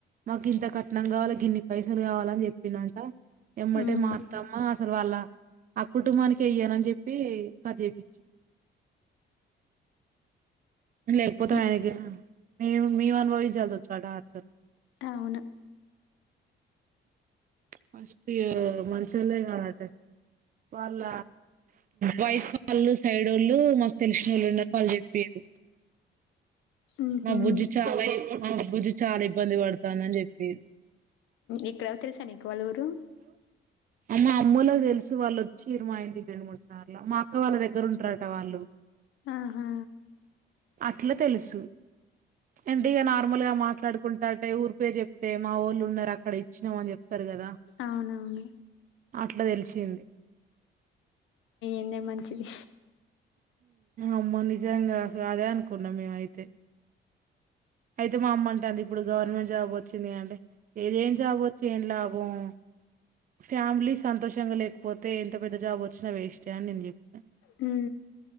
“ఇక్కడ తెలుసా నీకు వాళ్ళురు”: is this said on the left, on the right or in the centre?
Left